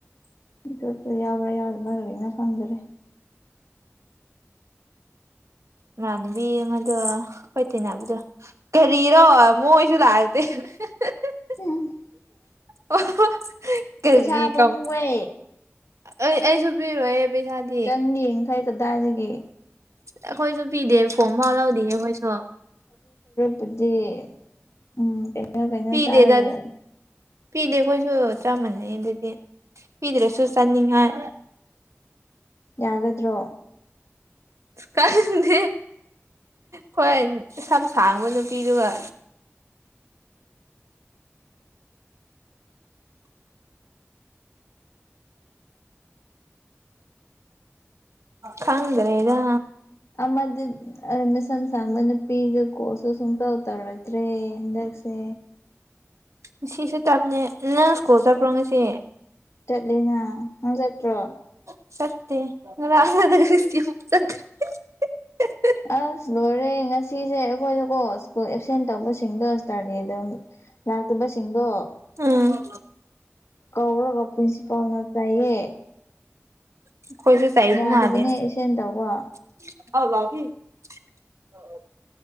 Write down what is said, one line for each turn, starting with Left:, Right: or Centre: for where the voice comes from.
Left: <unintelligible> ꯌꯥꯎꯕ꯭ꯔꯥ ꯌꯥꯎꯗꯕ꯭ꯔꯥ ꯀꯔꯤꯅꯣ ꯈꯪꯗꯔꯦ
Right: ꯅꯃꯥꯟꯅꯕꯤ ꯑꯃꯗꯨ ꯈꯣꯏ ꯇꯤꯟꯅꯕꯗꯣ ꯀꯔꯤꯔꯣ ꯃꯣꯏꯁꯨ ꯂꯥꯛꯇꯦ <unintelligible>
Left: <unintelligible>
Right: <unintelligible> ꯀꯔꯤ
Left: ꯄꯩꯁꯥ ꯄꯥꯝꯃꯨꯋꯦ
Right: ꯀꯞ ꯑꯩ ꯑꯩꯁꯨ ꯄꯤꯔꯣꯍꯦ ꯄꯩꯁꯥꯗꯤ
Left: ꯆꯪ ꯌꯥꯡꯈꯩ ꯀꯗꯥꯏꯗꯒꯤ
Right: ꯑꯩꯈꯣꯏꯁꯨ ꯄꯤꯗꯦ ꯐꯣꯝ ꯐꯥꯎ ꯂꯧꯗꯦ ꯑꯩꯈꯣꯏꯁꯨ
Left: ꯑꯗꯨꯒꯤ ꯎꯝ ꯀꯩꯅꯣ ꯀꯩꯅꯣ
Right: ꯄꯤꯗꯦꯗ
Left: ꯆꯥꯔꯒ
Right: ꯑꯗꯨ ꯄꯤꯗꯦ ꯑꯩꯈꯣꯏꯁꯨ ꯆꯞ ꯃꯥꯟꯅꯩ ꯑꯗꯨꯗꯤ ꯄꯤꯗ꯭ꯔꯁꯨ ꯆꯥꯅꯤꯡꯉꯥꯏ
Left: ꯌꯥꯒꯗ꯭ꯔꯣ
Right: ꯈꯪꯗꯦ ꯈꯣꯏ ꯁꯝ ꯁꯥꯡꯕ ꯅꯨꯄꯤꯗꯨꯒ ꯈꯪꯗ꯭ꯔꯦꯗ
Left: ꯑꯃꯗꯤ ꯃꯁꯝ ꯁꯥꯥꯝꯕ ꯅꯨꯄꯤꯗꯨ ꯀꯣꯁꯨ ꯁꯨꯡꯇꯧ ꯇꯧꯔꯛꯇ꯭ꯔꯦ ꯍꯟꯗꯛꯁꯦ
Right: ꯉꯁꯤꯁꯦ ꯇꯞꯅꯦ ꯅꯪ ꯁ꯭ꯀꯨꯜ ꯆꯠꯄ꯭ꯔꯣ ꯉꯁꯤ
Left: ꯆꯠꯂꯤꯅ ꯅꯪ ꯆꯠꯇ꯭ꯔꯣ
Right: ꯁꯠꯇꯦ <unintelligible>
Left: ꯑꯁ ꯂꯣꯏꯔꯦ ꯉ ꯁꯤꯁꯦ ꯑꯩꯈꯣꯏꯗꯀꯣ ꯁ꯭ꯀꯨꯜ ꯑꯦꯞꯁꯦꯟ ꯇꯧꯕꯁꯤꯡꯗꯣ ꯁꯇꯥꯔꯗꯦꯗ ꯑꯗꯨꯝ ꯂꯥꯛꯇꯕꯁꯤꯡꯗꯣ
Right: ꯑꯝ
Left: ꯀꯧꯔꯒ ꯄ꯭ꯔꯤꯟꯁꯤꯄꯥꯜꯅ ꯆꯩꯌꯦ
Right: ꯑꯩꯈꯣꯏꯁꯨ ꯆꯩꯕ
Left: ꯌꯥꯗꯕꯅꯦ
Right: ꯃꯥꯜꯂꯦ
Left: ꯑꯦꯞꯁꯦꯟ ꯇꯧꯕ
Right: <unintelligible>